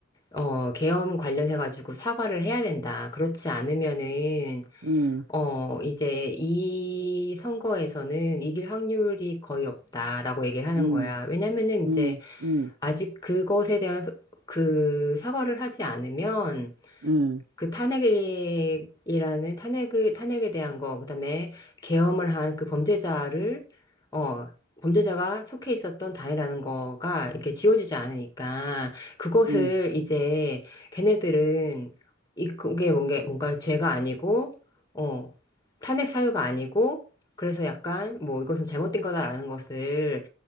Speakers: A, on the left; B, on the right.
A: 어, 계엄 관련해가지고 사과를 해야 된다. 그렇지 않으면은,
B: 음,
A: 어, 이제 이 선거에서는 이길 확률이 거의 없다라고 얘기를 하는
B: 음,
A: 거야. 왜냐면은
B: 음,
A: 이제
B: 음.
A: 아직 그것에 대한 그 사과를 하지 않으면
B: 음,
A: 그 탄핵이라는 탄핵을 탄핵에 대한 거, 그다음에 계엄을 한 그 범죄자를 어 범죄자가 속해 있었던 단이라는 거가 이게 지워지지 않으니까 그것을
B: 음,
A: 이제 걔네들은 이 그게 뭔가 뭔가 죄가 아니고 어 탄핵 사유가 아니고 그래서 약간 뭐 이것은 잘못된 거다라는 것을